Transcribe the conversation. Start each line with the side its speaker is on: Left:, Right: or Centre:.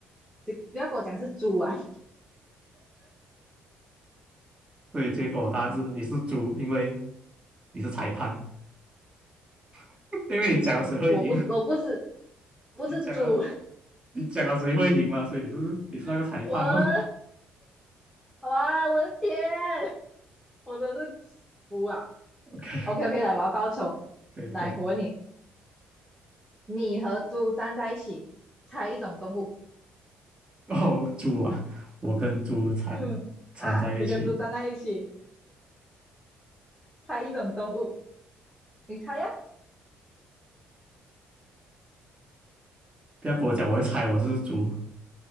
Centre: 就不要跟我讲是猪啊！
Right: <laughs> 所以结果答案是你是猪，因为你是裁判，<laughs> 因为你讲了谁会赢，
Centre: 我不，是，我不是，
Right: <laughs>
Centre: 不是猪，
Right: 你讲了你讲了谁会赢嘛，所以你是你是那个裁判哦。
Centre: <laughs> 我哇，我的天，我真是服啊！
Right: <laughs> OK，
Centre: OK OK，来，我要报仇。
Right: 可以可以。
Centre: 来，我问你，你和猪站在一起，猜一种动物。
Right: 哦，猪啊，我跟猪缠缠在一起，
Centre: 嗯，啊，你跟猪站在一起，猜一种动物。你猜呀、
Right: 不要跟我讲我会猜我就是猪，